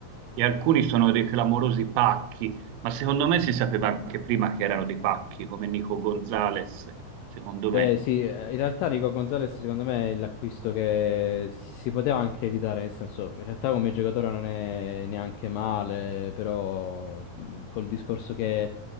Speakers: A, on the right; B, on the left.
A: e alcuni sono dei clamorosi pacchi, ma secondo me si sapeva anche prima che erano dei pacchi, come Nico Gonzalez, secondo me.
B: Beh, sì, eh, in realtà Nico Gonzalez secondo me è l'acquisto che si poteva anche evitare, nel senso, in realtà come giocatore non è neanche male, però mh, col discorso che